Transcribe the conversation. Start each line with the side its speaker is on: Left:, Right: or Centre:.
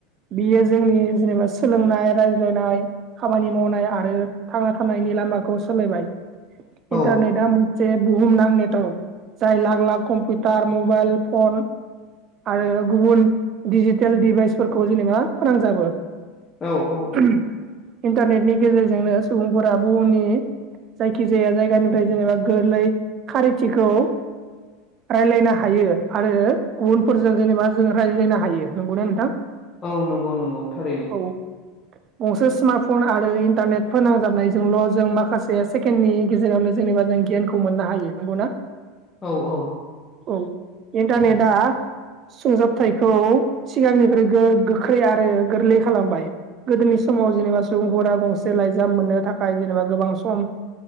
Right: बियो जोंनि जेनेबा सोलोंनाय रायज्लायनाय खामानि मावनाय आरो थांना थानायनि लामाखौ सोलायबाय
Left: औ
Right: इन्टारनेटआ जे बुहुमनां नेटर्क जाय लाख लाख कम्पिउटार मबाइल फन आरो गुबुन डिजिटेल डिभाइसफोरखौ जेनेबा फोनांजाबो
Left: औ औ
Right: <unintelligible> इन्टारनेटनि गेजेरजोंनो सुबुंफोरा बुहुमनि जायखिजाया जायगानिफ्राय जेनेबा गोरलै खारिथिखौ रायज्लायनो हायो आरो गुबुनफोरजों जेनेबा जों रायज्लायनो हायो नंगौना नोंथां?
Left: औ नंगौ नंगौ थारैनो।
Right: औ गंसे स्मार्ट फन आरो इन्टारनेट फोनांजाबनायजोंल' जों माखासे सेकेण्डनि गेजेरावनो जेनेबा जों गियानखौ खौ मोननो हायो नंगौ ना?
Left: औ-औ
Right: औ इन्टारनेटा सुंजाबथायखौ सिगांनिख्रुइ गो-गोख्रै आरो गोरलै खालामबाय गोदोनि सु समाव जेनेबा सुबुंफोरा गंसे लाइजाम मोननो थाखाय जेनेबा गोबां सम